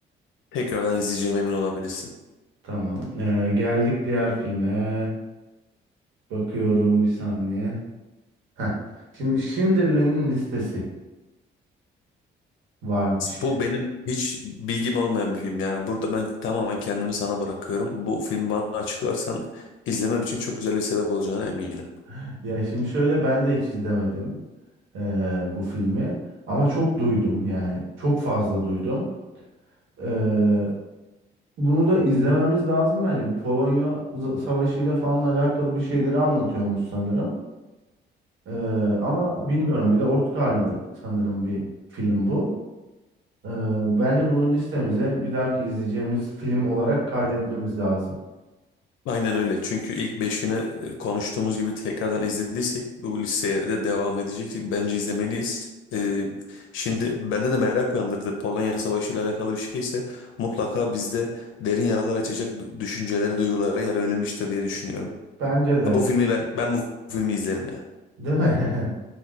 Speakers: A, on the left; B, on the right.
A: Tekrardan izleyeceğime emin olabilirsin.
B: Tamam. Ee, geldik diğer filme. Bakıyorum bir saniye. Heh. Şimdi Schindler'in listesi varmış.
A: Bu benim hiç bilgim olmayan bir film. Yani burada ben tamamen kendimi sana bırakıyorum. Bu filmi bana açıklarsan izlemem için çok güzel bir sebep olacağına eminim.
B: <laughs> Ya şimdi şöyle ben de hiç izlemedim ee, bu filmi. Ama çok duydum yani. Çok fazla duydum. Ee, bunu da izlememiz lazım bence. Bu Polonya z- Savaşı ile falan alakalı bir şeyleri anlatıyormuş sanırım. Ee, ama bilmiyorum. Bir de Oscar'lı sanırım bir film bu. Ee, Bence bunu listemize bir dahaki izleyeceğimiz film olarak kaydetmemiz lazım.
A: Aynen öyle. Çünkü ilk beşini e, konuştuğumuz gibi tekrardan izlediysek bu listeye de devam edeceksek bence izlemeliyiz. Ee, şimdi bende de merak uyandırdı. Polonya Savaşı ile alakalı bir şeyse mutlaka bizde derin yaralar açacak du- düşüncelere, duygulara yer verilmiştir diye düşünüyorum.
B: Bence de.
A: Ha, bu filmi ben ben bu filmi izlerim ya.
B: Değil mi?